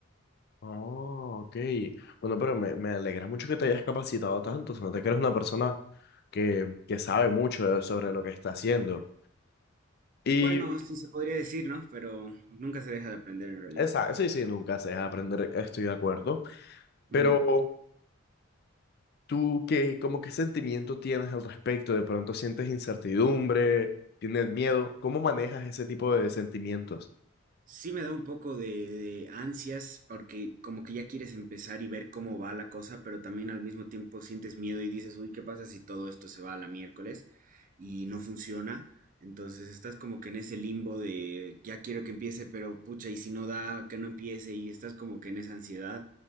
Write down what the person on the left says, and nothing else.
Oh, ok. Bueno, pero me, me alegra mucho que te hayas capacitado tanto, se nota que eres una persona que, que sabe mucho sobre lo que está haciendo. Y
esa, sí, sí, nunca se deja aprender, estoy de acuerdo.
Pero tú, ¿qué, como qué sentimiento tienes al respecto? ¿De pronto sientes incertidumbre? ¿Tienes miedo? ¿Cómo manejas ese tipo de sentimientos?